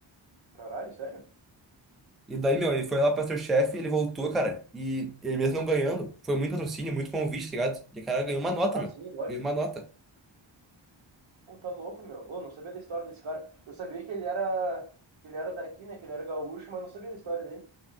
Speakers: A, on the right (about 75°); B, in the centre.
A: Caralho, sério?
B: E daí, meu, ele foi lá pro MasterChef, ele voltou, cara. E ele mesmo não ganhando, foi muito patrocínio, muito convite, tá ligado? E o cara ganhou
A: Sim,
B: uma nota,
A: ah,
B: meu.
A: sim, lógico.
B: Ganhou uma nota.
A: Pô, tá louco, meu. Ô, não sabia da história desse cara. Eu sabia que ele era, que ele era daqui, né? Que ele era gaúcho, mas não sabia da história dele.